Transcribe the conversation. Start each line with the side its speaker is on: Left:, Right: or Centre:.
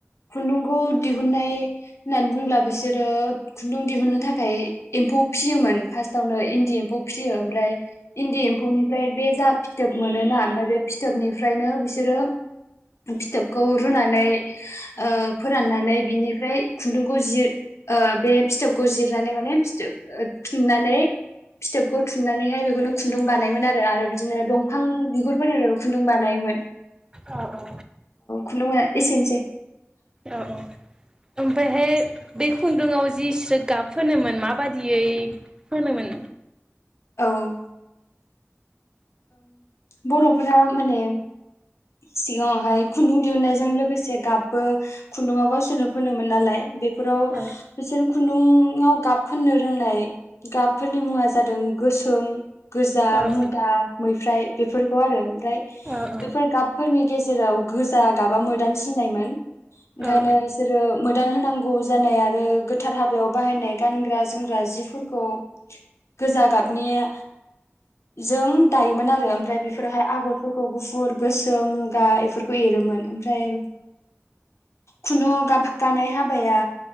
Left: खुन्दुंखौ दिहुननाय होननानै बुंब्ला बिसोरो खुन्दुं दिहुननो थाखाय एम्फौ सियोमोन फास फौनो इन्दि एम्फौ फिसियो ओफ्राय इन्दि एम्फौनिफ्राय बे जा फिथोब मोनोना ओमफाय बे फिथोबनिफ्रानो बिसोरो फिथोबखौ रुनानै ओ फोराननानै बिनिफ्राय खुनदुंखौ जिर ओ बे फिथोबखौ जिरनानै माने फिथोब थुननानै फिथोबखौ थुननानैहाय बेखौनो खुन्दुं बानायमोन आरो आरो बिदिनो दंफां बिगुरफोरनि खुन्दुं बानायोमोन
Right: औ औ
Left: खुुन्दुङा एसेनोसै
Right: औ औ ओमफायहाय बे खुन्दुआव जि स्रो गाब फोनोमोन माबादियै फोनोमोन
Left: औओम बर'फोरा माने सिगाङावहाय खुन्दुं दिहुननायजों लोगोसे गाबबो खुन्दुङाव गावसोरनो फनोमोन नालाय बे फोराव
Right: औ
Left: बिसोर खुन्दुं खुन्दुंआव गाब फोननो रोंनाय गाबफोरनि मुङा जादों गोसोम गोजा
Right: औ
Left: मुगा
Right: औ
Left: मै ओमफ्राय बेफोरखौ आरो ओमफ्राय
Right: औ औ
Left: बेफोर गाबफोरनि गेजेराव गोजा गाबा मोदान सिननायमोन। ओंखायनो
Right: औ
Left: इसोरो मोदान होनांगौ जानाय आरो गोथार हाबायाव बाहायनाय गानग्रा जोमग्रा जिफोरखौ गोजा गाब निजों दायोमोन आरो ओमफ्राय बेफोरावहाय आगरफोरखौ गुफुर गोसोम मुगा बेफोरखौ एरोमोन ओमफ्राय खुनु गाबगानाय हाबाया